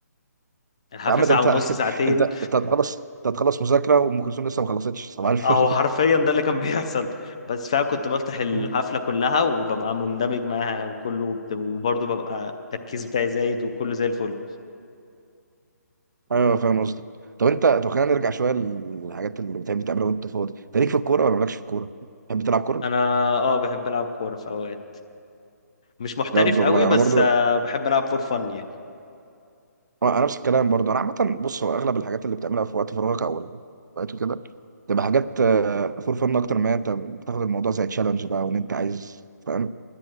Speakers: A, on the left; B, on the right.
A: الحفلة
B: يا عم
A: ساعة
B: ده انت
A: ونص
B: <laughs>
A: ساعتين
B: انت انت هتخلص انت هتخلص مذاكره وام كلثوم لسه ما خلصتش صباح الفل
A: اهو حرفيا ده اللي كان <laughs> بيحصل بس فعلا كنت بفتح الحفلة
B: <laughs>
A: كلها وببقى مندمج معاها وكله بت- وبرضه ببقى التركيز بتاعي زايد وكله زي الفل
B: ايوه فاهم قصدك طب انت طب خلينا نرجع شويه للحاجات اللي بتحب تعملها وانت فاضي انت ليك في الكوره ولا مالكش في الكوره؟ بتحب تلعب كوره؟
A: انا اه بحب العب كورة في اوقات مش محترف
B: بجد والله
A: قوي بس
B: انا برضو
A: آه بحب العب فور فن يعني
B: انا نفس الكلام برضو انا عامه بص هو اغلب الحاجات اللي بتعملها في وقت فراغك او وقت كده تبقى حاجات فور فن اكتر ما انت بتاخد الموضوع زي تشالنج بقى وان انت عايز فاهم